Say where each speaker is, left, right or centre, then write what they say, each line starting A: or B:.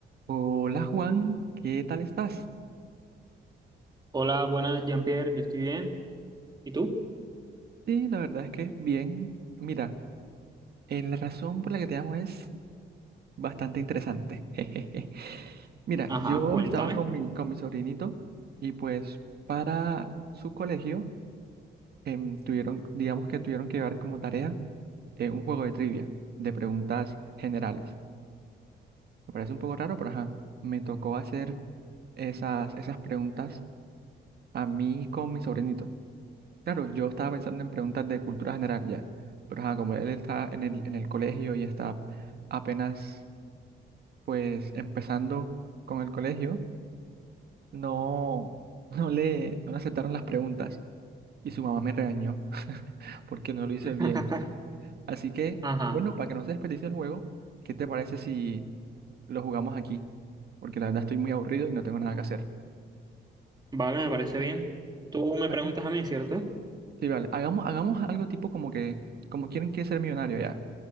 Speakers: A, on the right (about 60°); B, on the right (about 20°).
A: Hola Juan, ¿qué tal estás?
B: Hola, buenas, Jean-Pierre, yo estoy bien. ¿Y tú?
A: Sí, la verdad es que bien. Mira, eh, la razón por la que te llamo es bastante interesante. <laughs> Jejeje. Mira,
B: Ajá,
A: yo
B: cuéntame.
A: estaba con mi, con mi sobrinito y pues para su colegio em, tuvieron, digamos que tuvieron que llevar como tarea eh, un juego de trivia, de preguntas generales. Me parece un poco raro, pero ajá, me tocó hacer esas, esas preguntas a mí con mi sobrinito. Claro, yo estaba pensando en preguntas de cultura general ya, pero ajá, como él está en el, en el colegio y está apenas pues empezando con el colegio, no, <laughs> no le, no le aceptaron las preguntas y su mamá me regañó <laughs> porque no lo hice
B: <laughs>
A: bien. Así que,
B: Ajá,
A: bueno, para que no se desperdicie el juego, ¿qué te parece si lo jugamos aquí? Porque la verdad estoy muy aburrido y no tengo nada que hacer.
B: vale, me parece bien. Tú me
A: Bueno,
B: preguntas a mí, ¿cierto?
A: sí, vale, hagamos, hagamos algo tipo como que, como quieren que ser millonario ya.